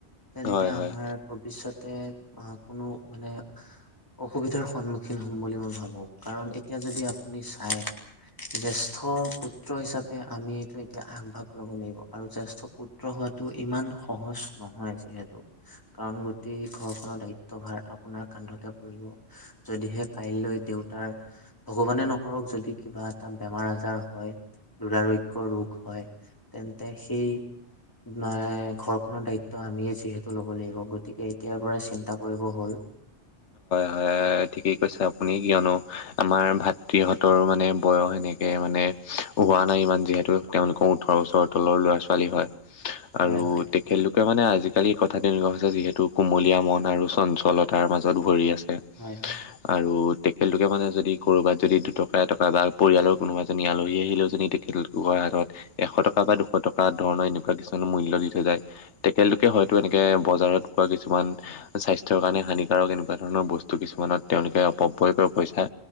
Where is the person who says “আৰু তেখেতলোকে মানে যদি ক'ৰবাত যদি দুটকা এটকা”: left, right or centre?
Left